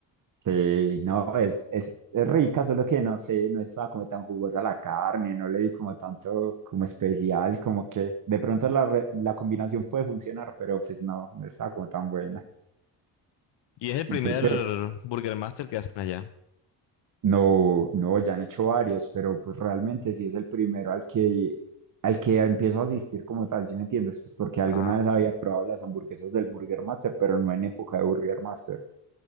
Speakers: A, on the right; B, on the left.
A: Sí, no, es, es, es rica, solo que no sé, no estaba como tan jugosa la carne, no le vi como tanto como especial, como que de pronto la, re- la combinación puede funcionar, pero pues no, no estaba como tan buena.
B: Y es el primer
A: ¿Y tú qué?
B: Burger Master que hacen allá.
A: No, no, ya han hecho varios, pero pues realmente sí es el primero al que, al que empiezo a asistir como tal, si me entiendes? Pues porque alguna
B: Ah,
A: vez había probado las hamburguesas del Burger Master, pero no en época de Burger Master.